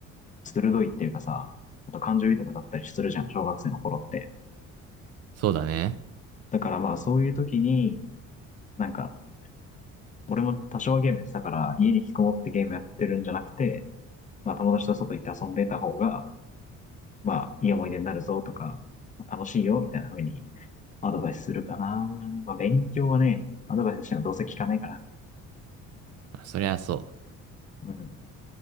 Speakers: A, on the left; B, on the right.
A: 鋭いっていうかさ、あと感情豊かだったりするじゃん、小学生の頃って。
B: そうだね。
A: だからまあそういう時に、なんか俺も多少はゲームやってたから、家に引きこもってゲームやってるんじゃなくて、まあ友達と外行って遊んでた方が、まあいい思い出になるぞとか、楽しいよみたいな風にアドバイスするかな。まあ勉強はね、アドバイスしてもどうせ聞かないから。
B: そりゃそ
A: うん。